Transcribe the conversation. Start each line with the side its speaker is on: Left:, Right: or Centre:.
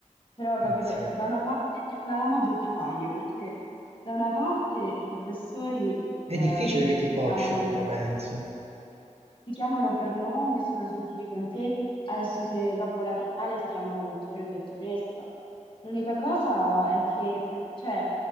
Left: però ho
Right: pizzica.
Left: capito, da una parte è una lama a doppio taglio, perché da una parte i professori
Right: È
Left: ehm,
Right: difficile che ti
Left: ti
Right: boccino,
Left: chiamano
Right: però penso.
Left: ti chiamano per nome, sono gentili con te, adesso che dopo la triennale ti chiamano dottore o dottoressa. L'unica cosa è che pre- cioè,